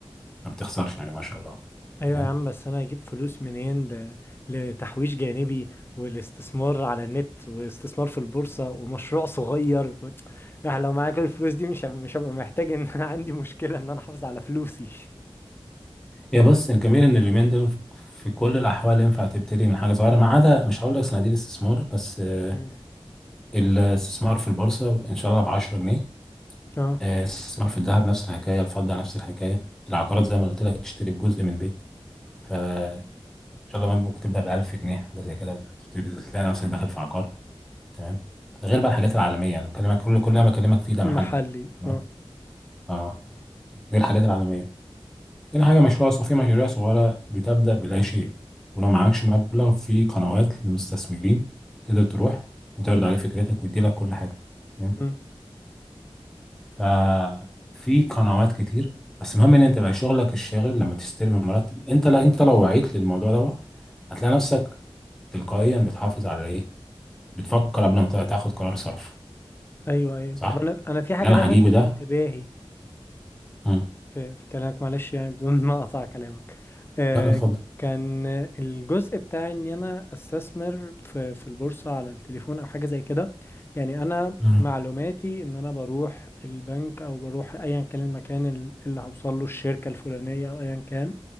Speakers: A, in the centre; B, on the left.
A: ما بتخسرش يعني ما شاء الله
B: ايوه
A: تمام
B: يا عم بس انا هجيب فلوس منين ل... لتحويش جانبي والاستثمار على النت واستثمار في البورصة ومشروع صغير و... يعني لو معاك الفلوس دي مش هب- مش هبقى محتاج ان انا عندي مشكلة ان انا احافظ على فلوسي
A: هي بس الجميل ان اليومين دول في كل الاحوال ينفع تبتدي من حاجه صغيره ما عدا مش هقول لك صناديق الاستثمار بس آه،
B: م.
A: الاستثمار في البورصة إن شاء الله ب 10 جنيه
B: اه
A: آه، الاستثمار في الذهب نفس الحكاية الفضة نفس الحكاية العقارات زي ما قلت لك تشتري بجزء من بيت فإن شاء الله ممكن تبدأ ب 1000 جنيه حاجة زي كده وتبتدي تلاقي نفسك داخل في عقار تمام غير بقى الحاجات العالمية أنا بكلمك كل كل اللي أنا بكلمك فيه ده محلي
B: محلي
A: تمام
B: اه
A: أه غير الحاجات العالمية تاني حاجة مشروع صغير في مشاريع صغيرة بتبدأ بلا شيء ولو معكش مبلغ في قنوات للمستثمرين تقدر تروح وتعرض عليه فكرتك ويديلك كل حاجة تمام؟
B: مم.
A: ففي قنوات كتير بس المهم ان انت بقى شغلك الشاغل لما تستلم المرتب انت لا انت لو وعيت للموضوع ده هتلاقي نفسك تلقائيا بتحافظ على ايه بتفكر قبل ما تا- تاخد قرار صرف
B: ايوه ايوه
A: صح
B: طب انا انا في حاجه
A: اللي انا
B: لفتت
A: هجيبه ده
B: انتباهي
A: مم.
B: في, في كلامك معلش يعني بدون ما اقطع كلامك آه
A: لا لا اتفضل
B: كان الجزء بتاع ان انا استثمر في في البورصة على التليفون او حاجة زي كده يعني انا
A: مم.
B: معلوماتي ان انا بروح البنك او بروح ايا كان المكان ال- اللي هوصل له الشركة الفلانية او ايا كان